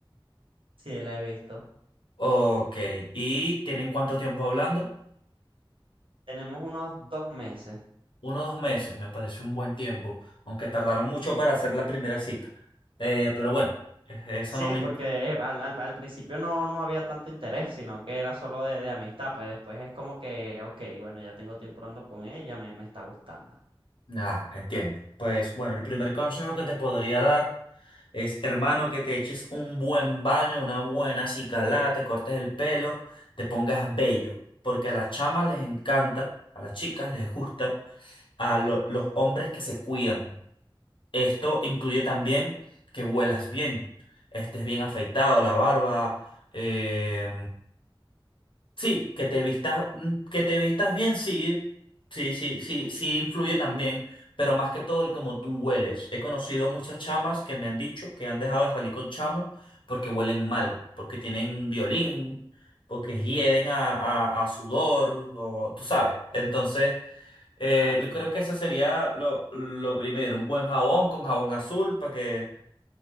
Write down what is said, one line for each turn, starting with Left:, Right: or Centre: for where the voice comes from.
Right: Sí, la he visto.
Left: Ok. ¿Y tienen cuánto tiempo hablando?
Right: Tenemos unos dos meses.
Left: Uno o dos meses, me parece un buen tiempo, aunque tardaron mucho para hacer la primera cita. Eh, pero bueno, eh, eso
Right: Sí,
Left: no me...
Right: porque
Left: in-
Right: eh, al, al- al principio no, no había tanto interés, sino que era solo de, de amistad. Pues después es como que, ok, bueno, ya tengo tiempo hablando con ella, me, me está gustando.
Left: Ah, entiendo. Pues bueno, el primer consejo que te podría dar Es, hermano, que te eches un buen baño, una buena acicalada, te cortes el pelo, te pongas bello. Porque a las chamas les encanta, a las chicas les gusta, a lo- los hombres que se cuidan. Esto incluye también que huelas bien, estés bien afeitado, la barba, eh, Sí, que te vistas, mm, que te vistas bien, sí, sí, sí, sí, sí influye también, pero más que todo el cómo tú hueles. He conocido muchas chamas que me han dicho que han dejado de salir con chamos porque huelen mal, porque tienen violín, porque hieden a, a, a sudor, o tú sabes. Entonces, eh,
Right: Claro,
Left: yo
Right: claro.
Left: creo que eso sería lo, lo primero, un buen jabón con jabón azul para que